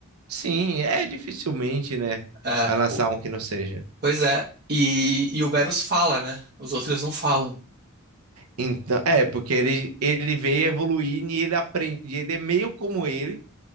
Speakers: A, on the right; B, on the right.
A: Sim, é dificilmente, né?
B: É,
A: Vai lançar
B: o-
A: um que não seja.
B: pois é. E, e o Berus fala, né? Os outros não falam.
A: Então, é, porque ele, ele veio evoluir e ele aprende. Ele é meio como ele